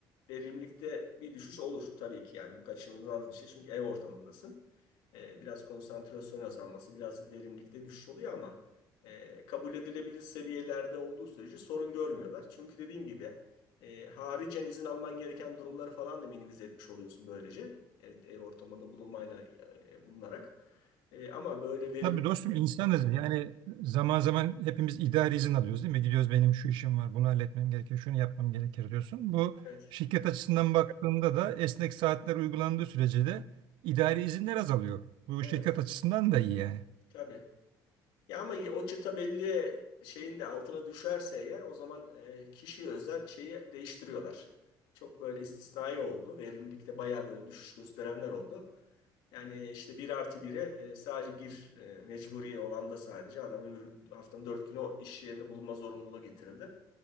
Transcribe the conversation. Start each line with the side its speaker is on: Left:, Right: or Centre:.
Left: verimlilikte bir düşüş olur tabii ki yani bu kaçınılmaz bir şey çünkü ev ortamındasın. Ee, biraz konsantrasyon azalması, biraz verimlilikte düşüş oluyor ama e, kabul edilebilir seviyelerde olduğu sürece sorun görmüyorlar. Çünkü dediğim gibi e, haricen izin alman gereken durumları falan da minimize etmiş oluyorsun böylece ev, ev ortamında bulunmayla e, bulunarak. E, ama böyle verimlilik
Right: Tabii dostum insanız. Yani zaman zaman hepimiz idari izin alıyoruz değil mi? Gidiyoruz benim şu işim var, bunu halletmem gerekir, şunu yapmam gerekir diyorsun. Bu
Left: evet
Right: şirket açısından baktığında da esnek saatler uygulandığı sürece de idari izinler azalıyor. Bu
Left: evet
Right: şirket açısından da iyi yani.
Left: tabii. Ya ama o çıta belli şeyin de altına düşerse eğer o zaman e, kişiye özel şeyi değiştiriyorlar. Çok böyle istisnai oldu. Verimlilikte bayağı böyle düşüş gösterenler oldu. Yani işte bir artı bire e, sadece bir e, mecburi olan da sadece adam öbür haftanın dört günü o iş yerinde bulunma zorunluluğu getirildi.